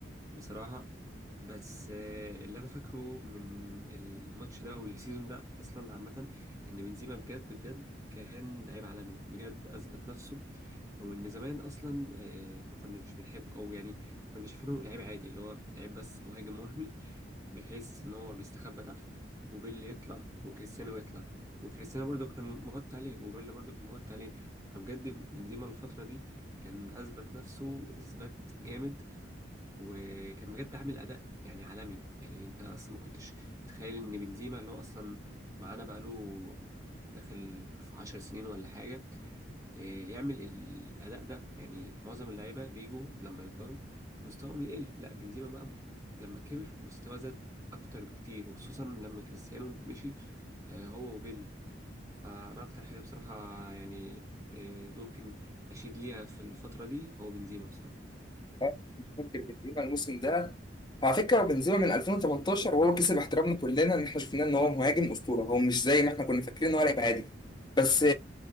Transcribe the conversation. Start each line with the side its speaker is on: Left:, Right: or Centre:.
Right: بصراحة بس آه، اللي أنا فاكره من الماتش ده والسيزون ده أصلا عامة إن بنزيما بجد بجد كان لعيب عالمي بجد أثبت نفسه وإن زمان أصلا آه، ما كناش بنحبه أو يعني كنا شايفينه لعيب عادي اللي هو لعيب بس مهاجم وهمي بحيث إن هو بيستخبى تحت وبيل يطلع وكريستيانو يطلع وكريستيانو برضو كان مغطي عليه وبيل برضو كان مغطي عليه فبجد بنزيما الفترة دي كان أثبت نفسه إثبات جامد وكان بجد عامل اداء يعني عالمي يعني انت اصلا ما كنتش متخيل ان بنزيما اللي هو اصلا معانا بقاله داخل في عشر سنين ولا حاجه إيه، يعمل الاداء ده يعني معظم اللعيبه بيجوا لما يكبروا مستواهم يقل لا بنزيما بقى لما كبر مستوى زاد اكتر بكتير وخصوصا لما كريستيانو مشي آه، هو وبيل فانا اكتر حاجه بصراحه يعني آه، ممكن اشيد ليها في الفتره دي هو بنزيما بصراحه
Left: آه، فاكر بنزيما الموسم ده وعلى فكره بنزيما من 2018 وهو كسب احترامنا كلنا ان احنا شفناه ان هو مهاجم اسطوره هو مش زي ما احنا كنا فاكرين ان هو لعيب عادي بس